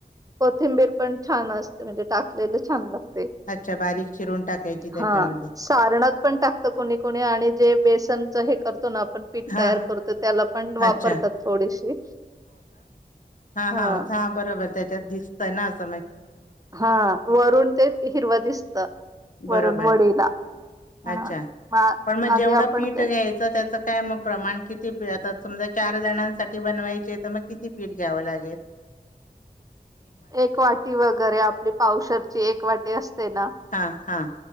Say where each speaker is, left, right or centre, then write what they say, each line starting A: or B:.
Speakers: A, on the right; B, on the left.
A: कोथिंबीर पण छान असते. म्हणजे ताक तेन छान लागतंय......
B: अच्छा बारीक चिरून टाकायची त्याच्यामध्ये
A: हा सारनात पण टाकतो कोणी कोणी आणि जे बेसनच हे करतो आपण पीठ
B: हा
A: तयार करतो त्याला पण वापरतात
B: अच्छा
A: थोडीशी
B: हाहा
A: हा
B: हां बरं. म त्याच्यात दिसत ना अस
A: हा वरून ते हिरव दिसत. वरुून
B: बरोबर
A: वडीला हा
B: अच्छा
A: म
B: पण मग
A: आधी
B: जेवढं
A: आपण
B: पीठ
A: का
B: घ्यायचं त्याचं काय मग प्रमाण किती घ्यायच असत. समजा चार जणांसाठी बनवायचे तर मग किती पीठ घ्यावं लागेल.
A: एक वाटी वगैरे आपली पावशरची एक वाटी असते ना
B: हां हां